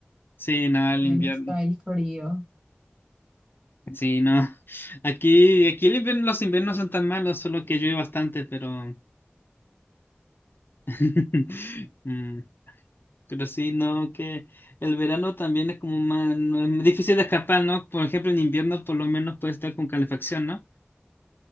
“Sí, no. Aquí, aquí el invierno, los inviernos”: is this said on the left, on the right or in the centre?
Left